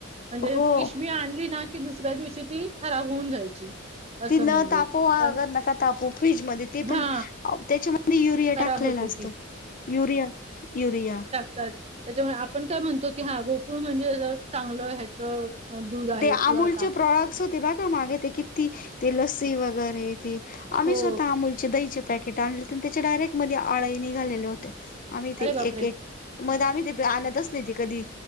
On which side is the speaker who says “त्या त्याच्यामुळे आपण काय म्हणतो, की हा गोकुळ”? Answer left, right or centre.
Right